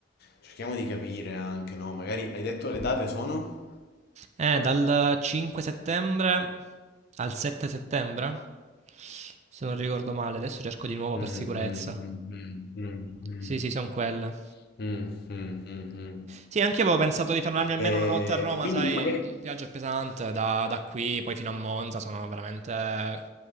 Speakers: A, on the left (about 55°); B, on the right (about 35°).
A: cerchiamo di capire anche, no? Magari hai detto le date sono?
B: Eh, dal 5 settembre al 7 settembre, se non ricordo male, adesso cerco di nuovo
A: Mm,
B: per sicurezza.
A: mm, mm, mm, mm,
B: Sì, sì, sono quelle.
A: mm, mm, mm, mm.
B: Sì, anche io avevo pensato di fermarmi almeno
A: E,
B: una notte a Roma,
A: e quindi
B: sai,
A: magari
B: il viaggio è pesante da, da qui poi fino a Monza, sono veramente